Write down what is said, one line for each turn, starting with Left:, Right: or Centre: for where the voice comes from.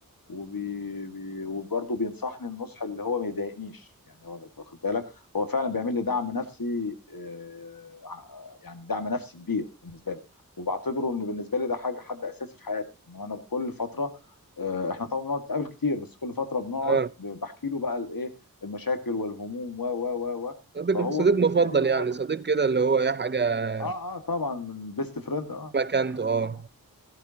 Left: وبي... بي... وبرضه بينصحني النصح اللي هو ما يضايقنيش يعني هو واخد بالك هو فعلا بيعمل لي دعم نفسي آه، ع- يعني دعم نفسي كبير بالنسبه لي وبعتبره انه بالنسبه لي ده حاجه حد اساسي في حياتي ان انا كل فتره آه، احنا طبعا بنقعد نتقابل كتير بس كل فتره بنقعد
Right: اه
Left: ب- بحكي له بقى الايه المشاكل والهموم و و و و
Right: صديق
Left: فهو
Right: صديق
Left: بالنسبه
Right: مفضل
Left: لي هو
Right: يعني
Left: من...
Right: صديق كده اللي هو اي حاجه
Left: اه اه طبعا من بيست فريند اه
Right: مكانته
Left: اه
Right: اه
Left: طبعا